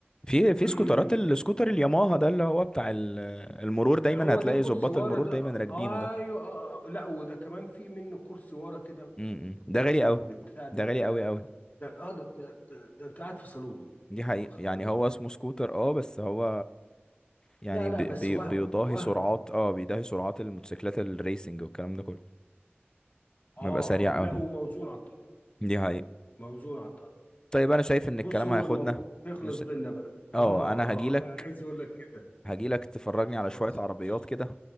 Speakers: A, on the left (about 20°); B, on the left (about 45°).
A: في في
B: <clears throat>
A: سكوترات السكوتر الياماها ده اللي هو بتاع ال- المرور دايما
B: اللي هو
A: هتلاقي
B: ليه كرسي
A: ظباط
B: ورا
A: المرور
B: ده
A: دايما راكبينه
B: آه،
A: ده
B: ايوه آه. آه. آه. لا وده كمان في منه كرسي ورا كده
A: امم
B: بمسند
A: ده غالي قوي
B: ببتاع ده
A: ده غالي
B: ده
A: قوي قوي
B: ده- اه ده ده, ده, ده انت قاعد في صالون
A: دي حقيقة
B: واخد
A: يعني
B: بالك
A: هو اسمه سكوتر اه بس هو يعني
B: لا لا
A: بي
B: بس
A: بي
B: وهم
A: بيضاهي
B: وهم
A: سرعات اه بيضاهي سرعات الموتوسيكلات الريسنج والكلام ده كله بيبقى
B: اه
A: سريع
B: اه لا
A: قوي
B: وموزون على الطاوله
A: دي حقيقة
B: موزون على الطاوله
A: طيب انا شايف ان
B: بص
A: الكلام
B: هو
A: هياخدنا
B: الموضوع يخلص
A: انا س...
B: بينا بقى اه
A: اه انا هجيلك
B: اه <laughs> عايز اقول لك كده
A: هجيلك تفرجني
B: خلاص
A: على شوية عربيات
B: ماشي
A: كده